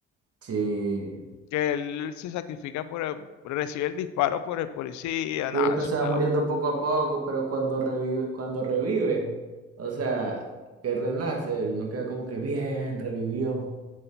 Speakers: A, on the right; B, on the left.
A: Sí.
B: Que él se sacrifica por el- recibe el disparo por el policía.
A: Y
B: Nada,
A: después
B: es
A: se
B: una
A: va muriendo
B: locura.
A: poco a poco, pero cuando revive, cuando revive, o sea, que renace, uno queda como que bien, revivió.